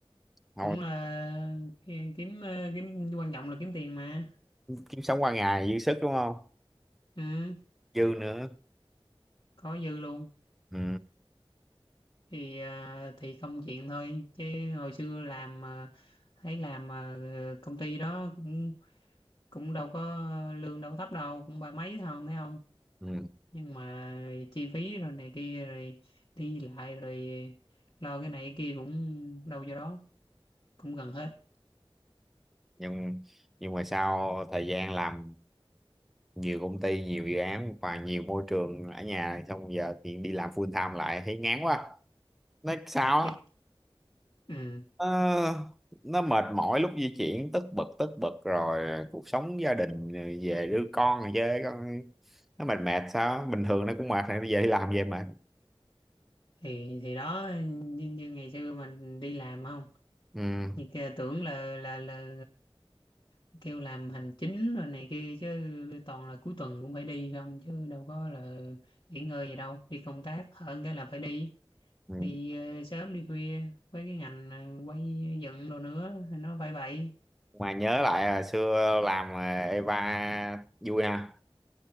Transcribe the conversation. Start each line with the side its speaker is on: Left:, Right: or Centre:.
Centre: Thôi
Left: cũng là ki- kiếm à, kiếm quan trọng là kiếm tiền mà
Centre: kiếm sống qua ngày dư sức đúng không?
Left: ừ
Centre: Dư nữa.
Left: có dư luôn
Centre: Ừ,
Left: thì à, thì công chuyện thôi chứ hồi xưa làm à, thấy làm à, công ty đó cũng cũng đâu có lương đâu có thấp đâu cũng ba mấy thôi thấy không
Centre: ừ.
Left: nhưng mà chi phí rồi này kia rồi đi lại rồi lo cái này cái kia cũng đâu vô đó cũng gần hết
Centre: Nhưng nhưng mà sau thời gian làm nhiều công ty, nhiều dự án và nhiều môi trường ở nhà xong giờ thì đi làm full time lại thấy ngán quá. Nói sao
Left: thiệt
Centre: á?
Left: ừ
Centre: Ờ, nó mệt mỏi lúc di chuyển tất bật tất bật rồi cuộc sống gia đình rồi về đưa con rồi với con nó mệt mệt sao bình thường nó cũng mệt rồi nó về đi làm về mệt
Left: thì thì đó như, như ngày xưa mình đi làm không
Centre: ừ.
Left: như kia tưởng là là là ờ, kêu làm hành chính rồi này kia chứ toàn là cuối tuần cũng phải đi không chứ đâu có là nghỉ ngơi gì đâu đi công tác hơn cái là phải đi
Centre: ừ.
Left: đi ờ, sớm đi khuya với cái ngành ờ, quay dựng đồ nữa thì nó phải vậy
Centre: mà nhớ lại hồi xưa làm à, Eva vui ha